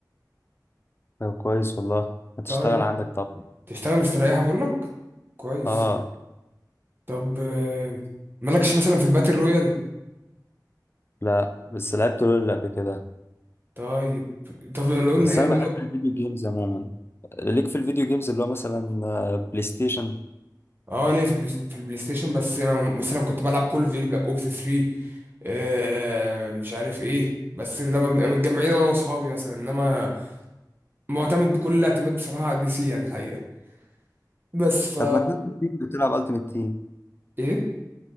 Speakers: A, on the left (about 35°); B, on the right (about 30°).
A: طب كويس والله هتشتغل
B: طيب
A: عندك طبعا
B: تشتغل مستريحه بقول لك كويس
A: اه
B: طب آه، مالكش مثلا في الباتل رويال
A: لا بس لعبت لول قبل كده
B: طيب طب لول
A: بس
B: حلو
A: أنا بحب
B: قوي
A: الفيديو جيمز عموما ليك في الفيديو جيمز اللي هو مثلا آه، بلاي ستيشن
B: اه ليه في البلاي في البلاي ستيشن بس أنا مثلا كنت بلعب كول اوف ديوتي بلاك اوبس 3 آه مش عارف ايه بس لما بنبقى متجمعين انا واصحابي مثلا انما معتمد كل الاعتماد بصراحه على البي سي يعني الحقيقه بس ف
A: طب ما تنزل فيفا وتلعب التيمت تيم
B: ايه